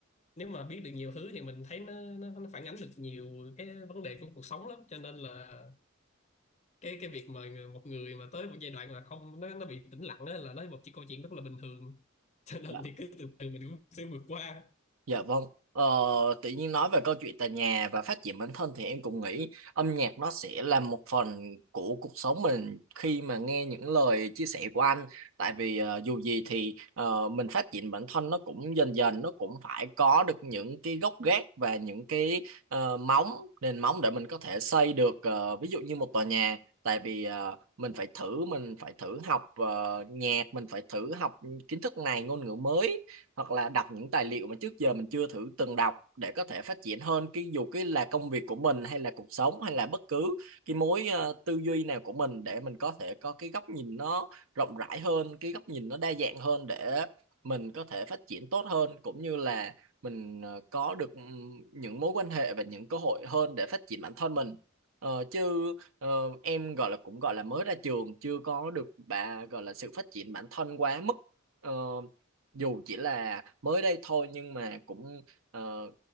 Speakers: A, on the left; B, on the right.
A: nếu mà biết được nhiều thứ thì mình thấy nó nó, nó phản ánh được nhiều cái vấn đề của cuộc sống lắm cho nên là cái cái việc mà người- một người mà tới một giai đoạn mà không nó nó bị tĩnh lặng đó là nó một cái câu chuyện rất là bình thường <laughs> cho nên
B: Dạ.
A: thì cứ từ từ mình cũng sẽ vượt qua
B: Dạ vâng. Ờ, tự nhiên nói về câu chuyện tại nhà và phát triển bản thân thì em cũng nghĩ âm nhạc nó sẽ là một phần của cuộc sống mình khi mà nghe những lời chia sẻ của anh. Tại vì ờ, dù gì thì ờ, mình phát triển bản thân nó cũng dần dần nó cũng phải có được những cái gốc gác và những cái ờ, móng nền móng để mình có thể xây được ờ, ví dụ như một tòa nhà. Tại vì ờ, mình phải thử mình phải thử học ờ, nhạc mình phải thử học kiến thức này ngôn ngữ mới hoặc là đọc những tài liệu mà trước giờ mình chưa thử từng đọc để có thể phát triển hơn cái dù cái là công việc của mình hay là cuộc sống hay là bất cứ cái mối ờ, tư duy nào của mình để mình có thể có cái góc nhìn nó rộng rãi hơn cái góc nhìn nó đa dạng hơn để mình có thể phát triển tốt hơn cũng như là mình ờ, có được những mối quan hệ và những cơ hội hơn để phát triển bản thân mình Ờ, chứ ờ, em gọi là cũng gọi là mới ra trường chưa có được bà gọi là sự phát triển bản thân quá mức Ờ, dù chỉ là mới đây thôi nhưng mà cũng ờ,